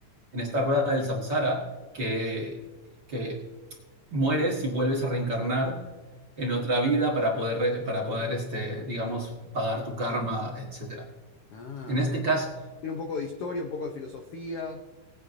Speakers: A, on the right; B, on the left.
A: en esta rueda del samsara, que, que mueres y vuelves a reencarnar en otra vida para poder, para poder este, digamos, pagar tu karma, etcétera
B: Ah,
A: En
B: o
A: este
B: sea,
A: caso,
B: tiene un poco de historia, un poco de filosofía.